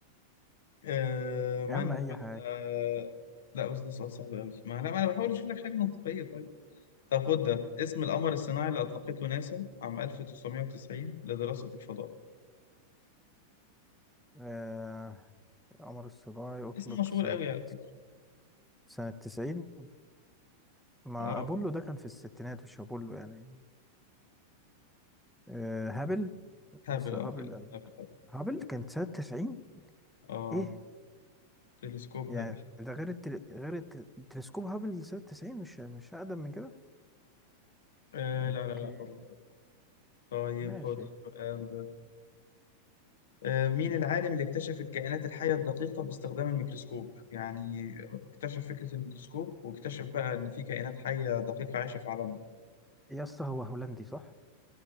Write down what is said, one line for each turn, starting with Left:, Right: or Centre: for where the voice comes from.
Left: <laughs> آه، من
Centre: يا عم أي
Left: هو ال-
Centre: حاجة
Left: آه، لا بس ده سؤال صعب قوي ما انا ما انا بحاول اشوف لك حاجه منطقيه طيب طب خد ده اسم القمر الصناعي اللي اطلقته ناسا عام 1990 لدراسه الفضاء
Centre: آه، عمر السجاي أطلق
Left: اسم مشهور
Centre: سنة
Left: قوي على فكره
Centre: سنة 90 مع
Left: اه
Centre: أبولو ده كان في الستينات مش أبولو يعني آه، هابل
Left: هابل
Centre: أصل
Left: اه
Centre: هابل
Left: فعلا هابل هابل.
Centre: هابل كانت سنة 90
Left: اه
Centre: إيه
Left: تلسكوب
Centre: يعني
Left: هابل
Centre: ده غير التل... غير التل... تلسكوب هابل سنة 90 مش مش أقدم من كده
Left: آه
Centre: أوكي
Left: لا لا لا برضه. طيب
Centre: ماشي
Left: خد السؤال ده آه مين العالم اللي اكتشف الكائنات الحية الدقيقة باستخدام الميكروسكوب يعني اكتشف فكرة الميكروسكوب واكتشف بقى ان في كائنات حية دقيقة عايشة في عالمنا
Centre: يا اسطى هو هولندي صح